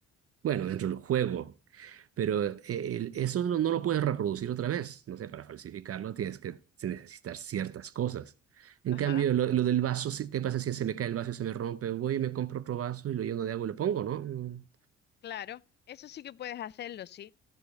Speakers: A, on the right; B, on the left.
A: bueno, dentro del juego, Pero eh, el- eso no, no lo puedes reproducir otra vez. No sé, para falsificarlo tienes que necesitar ciertas cosas. En
B: Ajá,
A: cambio, lo, lo del vaso, sí, ¿qué pasa si se me cae el vaso y se me rompe? Voy y me compro otro vaso y lo lleno de agua y lo pongo, ¿no? Mm.
B: claro, eso sí que puedes hacerlo, sí.